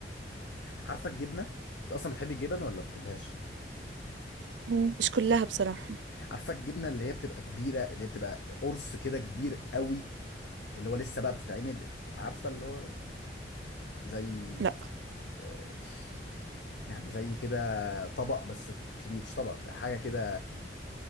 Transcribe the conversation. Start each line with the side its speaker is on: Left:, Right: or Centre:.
Left: عارفه الجبنه انت اصلا بتحبي الجبن ولا ما بتحبهاش
Right: مم. مش كلها بصراحة
Left: عارفه الجبنه اللي هي بتبقى كبيره اللي هي بتبقى قرص كده كبير قوي اللي هو لسه بقى بتتعمل عارفه اللي هو زي
Right: لا
Left: آه، يعني زي كده طبق بس كبير مش طبق حاجه كده